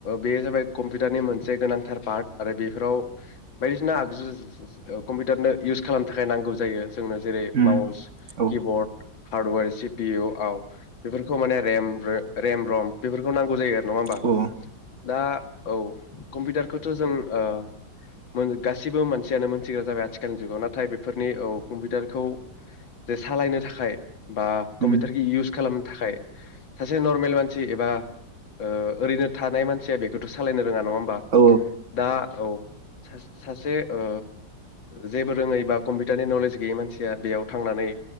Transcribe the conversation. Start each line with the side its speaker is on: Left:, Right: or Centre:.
Left: बेयो जाबाय कम्पिउटारनि मोनसे गोनांथार पार्ट आरो बेफोराव बायदिसिना आगजु कम्पिउटारनो इउस खालामनो थाखाय नांगौ जायो। जोंनो जेरै
Right: उम
Left: माउस
Right: औ
Left: किबर्ड। हार्डवेर सि पि इउआव बेफोरखौ माने रेम-रेम रम बेफोरखौ नांगौ जायो आरो नङा होमबा
Right: औ
Left: दा औ कम्पिउटारखौथ' जों ओ मोन गासिबो मानसियानो मोन‌ थिग्रा जाबाय आथिखालनि जुगाव नाथाय बेफोरनि औ कम्पिउटारखौ जे सालायनो थाखाय बा कम्पिउटार
Right: उम
Left: इउस खालामनो थाखाय सासे नर्मेल मानसि एबा ओ ओरैनो थानाय मानसिया बेखौथ सालायनो रोङा नङा होमबा
Right: औ
Left: दा औ सासे ओ जेबो रोङै बा कम्पिउटारनि नलेज गैयै मानसिया बेयाव थांनानै